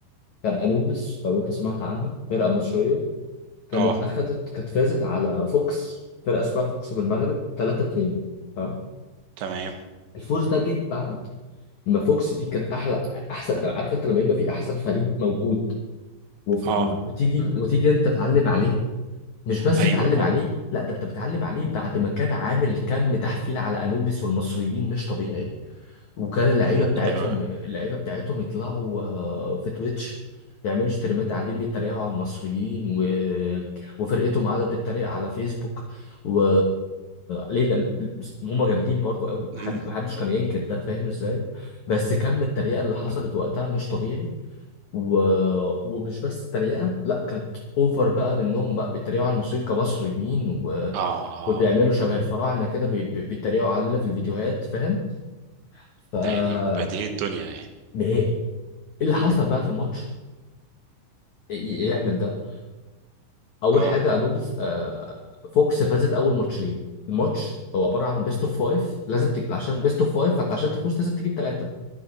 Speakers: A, on the left; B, on the right.
A: كان انوبيس لو انت سمعت عنها فرقه مصريه كانت
B: اه
A: اخذت كانت فازت على فوكس فرقه اسمها فوكس من المغرب 3 2 تمام
B: تمام
A: الفوز ده جه بعد ما فوكس دي كانت احلى احسن عارف انت لما يبقى في احسن فريق موجود وف...
B: اه
A: وتيجي وتيجي انت تعلم عليها مش بس
B: أيوه
A: تعلم
B: اه
A: عليه لا ده انت بتعلم عليه بعد ما كان عامل كم تحفيل على انوبيس والمصريين مش طبيعي وكان اللعيبه
B: أمم،
A: بتاعتهم
B: دي حلوة أوي.
A: اللعيبه بتاعتهم يطلعوا آه، في تويتش يعملوا ستريمات قاعدين بيتريقوا على المصريين و... وفرقتهم قاعده بتتريق على فيسبوك و ليه لا- بس هم جامدين برضو قوي محد-
B: إمم.
A: محدش كان ينكر ده فاهم ازاي بس كم التريقه اللي حصلت وقتها مش طبيعي و... ومش بس تريقة لا كانت اوفر بقى منهم بقى بيتريقوا على المصريين كمصريين و...
B: اه اه
A: وبيعملوا شبه الفراعنة كده بي... بي- بيتريقوا علينا في الفيديوهات فاهم فنهائي
B: ده يعني بديهي الدنيا يعني
A: ايه اللي
B: مم.
A: حصل بقى في الماتش ي- ي- يعمل ده اول
B: اه
A: حاجة انوبيس آه... فوكس فازت اول ماتشين الماتش هو عبارة عن بيست اوف فايف لازم تك... عشان بيست اوف فايف فانت عشان تفوز لازم تجيب ثلاثة